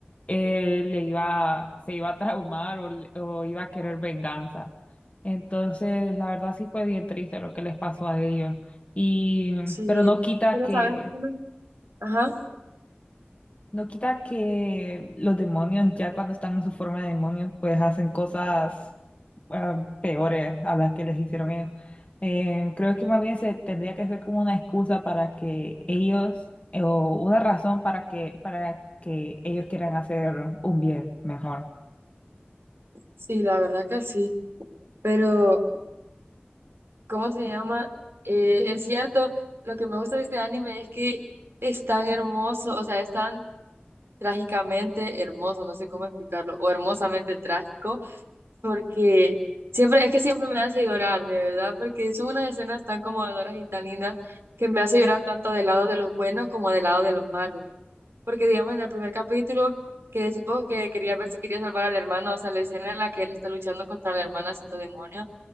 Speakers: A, on the left; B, on the right.
A: eh, le iba, se iba a traumar o, le- o iba a querer venganza. Entonces, la verdad sí fue bien triste lo que les pasó a ellos. Y,
B: Sí,
A: pero no quita
B: pero
A: que
B: ¿saben? lo que me- Ajá,
A: no quita que los demonios, ya cuando están en su forma de demonios, pues hacen cosas ah, peores a las que les hicieron ellos. Eh, creo que más bien se tendría que ser como una excusa para que ellos, eh, o una razón para que, para que ellos quieran hacer un bien mejor.
B: sí, la verdad que sí, pero ¿cómo se llama? Eh, es cierto, lo que me gusta de este anime es que es tan hermoso, o sea, es tan trágicamente hermoso, no sé cómo explicarlo, o hermosamente trágico, porque siempre, es que siempre me hace llorar, de verdad, porque son unas escenas tan conmovedoras y tan lindas que me hace llorar tanto del lado de los buenos como del lado de los malos. Porque digamos en el primer capítulo que decimos que quería ver si quería salvar al hermano, o sea, la escena en la que él está luchando contra la hermana siendo demonio